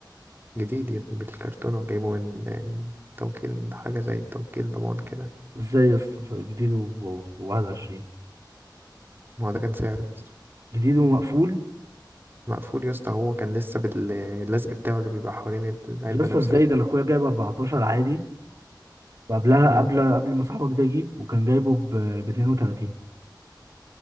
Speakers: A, on the right (about 30°); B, on the right (about 45°).
A: جديد يا ابني بالكرتونة وجايبه من من توكيل حاجة زي توكيل ضمان كده
B: ازاي يا اسطى طيب، جديد و21
A: ما هو ده كان سعره يا اسطى.
B: جديد ومقفول
A: مقفول يا اسطى هو كان لسه باللزق بتاعه اللي بيبقى حوالين العلبة
B: يا اسطى
A: نفسها
B: ازاي ده انا اخويا جايب 14 عادي وقبلها
A: مم.
B: قبل قبل ما صاحبك ده يجيب وكان جايبه ب 32